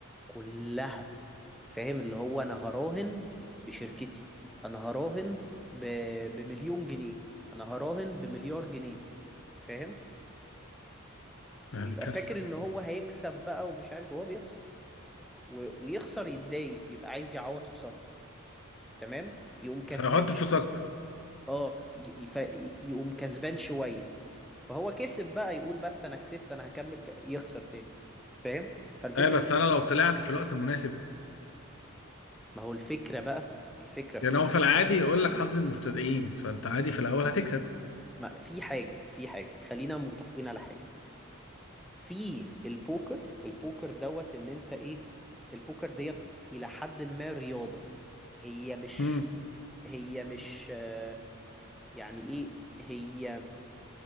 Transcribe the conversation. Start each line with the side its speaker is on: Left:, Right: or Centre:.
Centre: كلها فاهم اللي هو انا هراهن بشركتي انا هراهن ب... بمليون جنيه انا هراهن بمليار جنيه فاهم
Left: يعني
Centre: ويبقى
Left: كارثة
Centre: فاكر ان هو هيكسب بقى ومش عارف إيه، وهو بيخسر و- ويخسر يتضايق يبقى عايز يعوض خسارته تمام يقوم كسبان
Left: فحط
Centre: شو
Left: فلوس اكتر
Centre: اه ي- ي- ف- ي- يقوم كسبان شوية فهو كسب بقى يقول بس انا كسبت انا هكمل ك... يخسر تاني فاهم فالفكرة
Left: ايه بس
Centre: في كده
Left: انا لو
Centre: بقى
Left: طلعت في الوقت المناسب
Centre: ما هو الفكرة بقى الفكرة في
Left: يعني
Centre: ايه
Left: هو في العادي يقول لك
Centre: مم.
Left: حظ المبتدئين فانت عادي في الاول هتكسب
Centre: ما في حاجة في حاجة خلينا متفقين على حاجة في البوكر البوكر دوت ان انت ايه البوكر ديت الى حد ما رياضة هي مش
Left: مم.
Centre: هي مش آه، يعني ايه هي